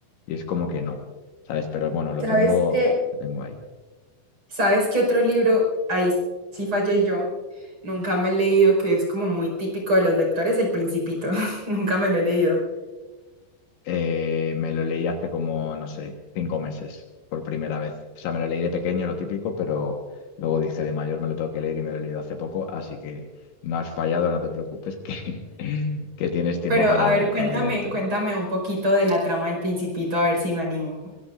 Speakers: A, on the left; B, on the right.
A: y es como que no, ¿sabes? Pero bueno, lo
B: ¿Sabes
A: tengo,
B: qué?
A: lo tengo ahí.
B: ¿Sabes qué otro libro? Ahí sí fallé yo. Nunca me he leído, que es como muy típico de los lectores, El Principito. <laughs> Nunca me lo he leído.
A: Eh, me lo leí hace como, no sé, cinco meses por primera vez. O sea, me lo leí de pequeño, lo típico, pero luego dije de mayor me lo tengo que leer y me lo he leído hace poco, así que no has fallado, no te preocupes, que, <laughs> que tienes tiempo
B: Pero
A: para,
B: a ver, cuéntame,
A: para leértelo.
B: cuéntame un poquito de la trama del Principito, a ver si me animo.